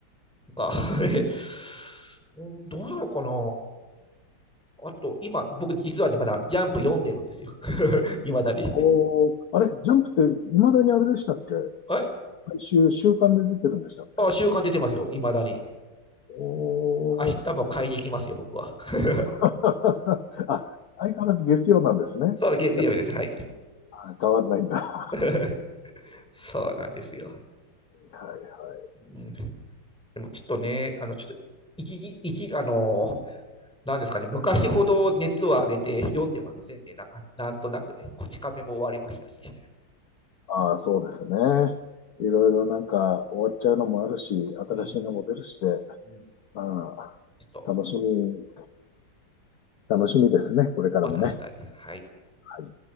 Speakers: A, in the centre; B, on the left.
A: なんか <laughs> うん、どうなのかな。あと、今、僕実はね、まだジャンプ読んでるんですよ。<laughs> いまだに。
B: おーあれ、ジャンプって未だにあれでしたっけ
A: はい
B: 毎週週刊で出てるんでしたっけ
A: あ、週刊出てますよ。いまだに。
B: おー。
A: 明日も買いに行きますよ、僕は。<laughs>
B: <laughs> あ、相変わらず月曜なんですね。
A: そうだ、月曜日です。
B: じゃ
A: はい。
B: あ、変わらないんだ。
A: <laughs> そうなんですよ。
B: はいはい。
A: うん、でもちょっとね、あの、ちょっと、一時、一、あの、なんですかね、昔ほど熱を上げて読んではませんね。なんかなんとなくでね、こち亀も終わりましたし、<laughs> ちょ
B: ああ、そうですね。いろいろなんか終わっちゃうのもあるし、新しいのも出るしで、
A: うん。<laughs>
B: ま
A: ちょっと、
B: あ、楽しみ、
A: です
B: 楽しみですね。これからもね。
A: まあ確かに、はい。
B: はい。